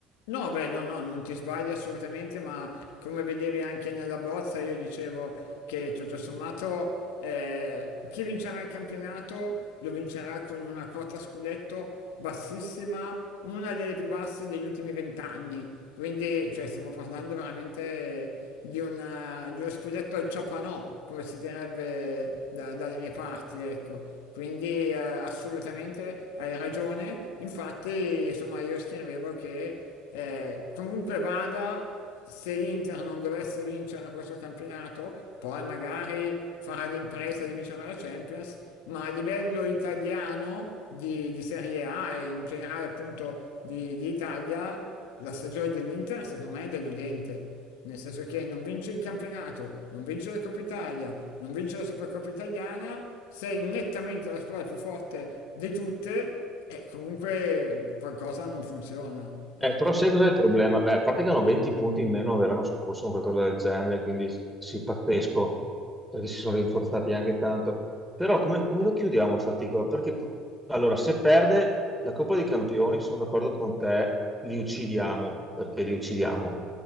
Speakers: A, on the left; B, in the centre.
A: No, beh, no, no, non ti sbagli assolutamente, ma come vedevi anche nella bozza, io dicevo che tutto sommato eh, chi vincerà il campionato lo vincerà con una quota scudetto bassissima, una delle più basse degli ultimi vent'anni. Quindi, cioè, stiamo parlando veramente di, una- di uno scudetto al ciapanò, come si direbbe da- dalle mie parti, ecco. Quindi eh, assolutamente hai ragione, infatti insomma io scrivevo che eh, comunque vada, se l'Inter non dovesse vincere questo campionato, poi magari farà l'impresa di vincere la Champions, ma a livello italiano di, di Serie A e in generale appunto di, di Italia, la stagione dell'Inter secondo me è deludente. Nel senso che non vince il campionato, non vince la Coppa Italia, non vince la Supercoppa Italiana, sei nettamente la squadra più forte di tutte eh, comunque qualcosa non funziona,
B: Eh,
A: ecco.
B: però sai cos'è il problema? Beh, a parte che hanno 20 punti in meno dell'anno scorso, o qualcosa del genere, quindi sì, pazzesco, perché si sono rinforzati anche tanto. Però come, come lo chiudiamo sto articolo? Perché pu- allora, se perde la Coppa dei Campioni, sono d'accordo con te, li uccidiamo, perché li uccidiamo